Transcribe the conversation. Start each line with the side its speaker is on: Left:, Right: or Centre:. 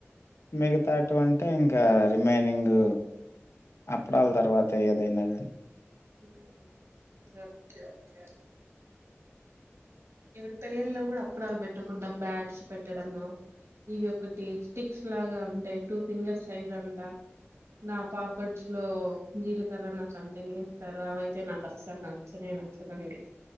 Right: ఉమ్
Left: మిగతాటి వంటే ఇంకా రిమైనింగ్ అప్పుడాల
Right: ఉమ్
Left: తర్వ ఏదైనా గానీ
Right: <inaudible> ఓకే ఓకే ఇపుడు పెళ్ళిళ్ల్లో కూడ అప్పడాలు పెట్టకుండా బ్యాట్స్ పెట్టడము ఇవి ఒకటి స్టిక్స్ లాగా ఉంటయి టూ ఫింగర్ సైజ్ అంతా నా పాపట్స్ లో జీలకర్రన్న సంతింగ్ ఏస్తారు అవయితే నాకు అసలు నా నచ్చనే నచ్చదండి